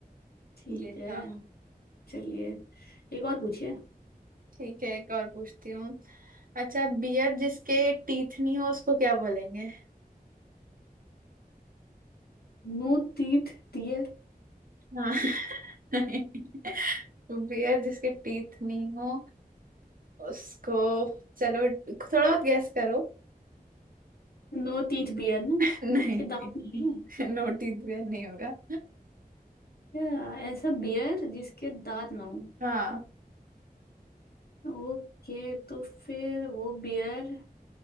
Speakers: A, on the left (about 80°); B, on the right (about 60°).
A: ठीक
B: ये
A: है
B: था
A: चलिए एक और पूछिए
B: ठीक है एक और पूछती हूँ अच्छा बियर जिसके टीथ नहीं हो उसको क्या बोलेंगे
A: No teeth dear
B: हाँ <laughs> बियर जिसके टीथ नहीं हो उसको चलो थोड़ा बहुत गैस करो
A: No teeth bear ना
B: <laughs> नहीं
A: जिसके
B: नहीं
A: दांत नहीं है
B: नोटिस भी नहीं होगा
A: क्या ऐसा बियर जिसके दांत ना हो
B: हाँ
A: ओके तो फिर वो बियर